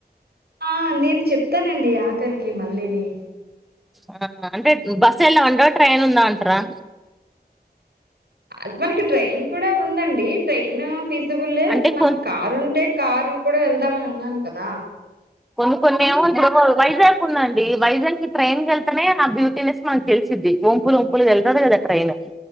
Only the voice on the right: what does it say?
ఆ నేను చెప్తానండి ఆఖరికి కి మల్ళలేని
అ మనకి ట్రైన్ కూడా ఉంద ండి ట్రైన్ ఫీజ బుల్
మన
కారు ఉంటే కారు కూడా వెళ్దామని అన్నాను కదా